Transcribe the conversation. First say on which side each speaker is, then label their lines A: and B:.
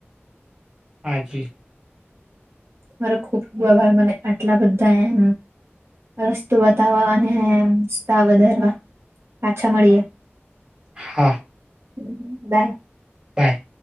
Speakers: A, on the right; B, on the right.
A: હા જી
B: મારો ખૂબ ખૂબ આભાર મને આટલા બધા એમ રસ્તો બતાવવા અને સતા વધારવા પાછા મળીએ
A: હા
B: હ બાય
A: બાય